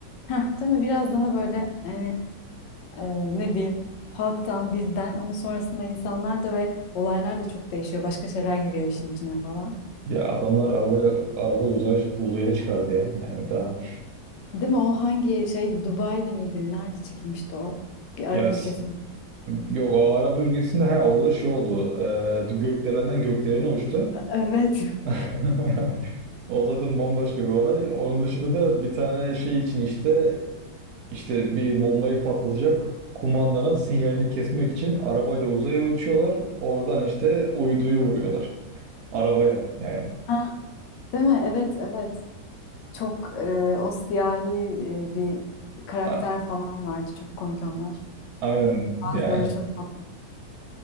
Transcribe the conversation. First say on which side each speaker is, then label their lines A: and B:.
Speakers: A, on the left (about 85°); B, on the right (about 70°).
A: Heh, değil mi? Biraz daha böyle yani e, ne diyeyim halktan, bizden ama sonrasında insanlar da ve olaylar da çok değişiyor. Başka şeyler giriyor işin içine falan.
B: Ya adamlar arabaya arabayı uzaya, uzaya çıkardı ya. Yani daha
A: Değil mi? O hangi şey Dubai'de miydi? Nerede çekilmişti o? Bir Arap
B: ya s-
A: ülkesinde.
B: yok o Arap ülkesinde ha orada şey oldu. E, gökdelenden gökdelene uçtu.
A: Evet.
B: <laughs> O zaten bambaşka bir olay. Onun dışında da bir tane şey için işte işte bir bombayı patlatacak kumandanın sinyalini kesmek için arabayla uzaya uçuyorlar. Oradan işte uyduyu vuruyorlar. Arabayla yani.
A: Ha. <laughs> Değil mi? Evet, evet. Çok e, o siyahi e, bir karakter
B: A-
A: falan vardı. Çok komik onlar.
B: aynen
A: Bazıları
B: yani
A: çok tatlı.